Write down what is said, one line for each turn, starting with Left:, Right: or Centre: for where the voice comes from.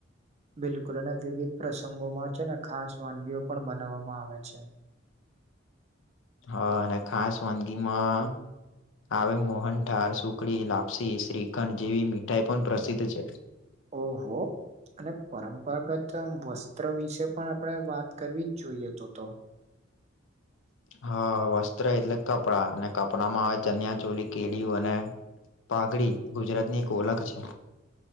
Right: બિલકુલ અને વિવિધ પ્રસંગોમાં છે ને ખાસ વાનગીઓ પણ બનાવવામાં આવે છે.
Left: હા અને ખાસ વાનગીમાં આવે મોહનઠાર, સુખડી, લાપસી, શ્રીખંડ જેવી મીઠાઈ પણ પ્રસિદ્ધ છે.
Right: ઓહો અને પરંપરાગત વસ્ત્ર વિશે પણ આપણે વાત કરવી જ જોઈએ તો તો.
Left: હા, વસ્ત્ર એટલે કપડાં અને કપડા માં આવે ચન્યા ચોલી, કેડિયું અને પાગડી ગુજરાતની એક ઓળખ છે.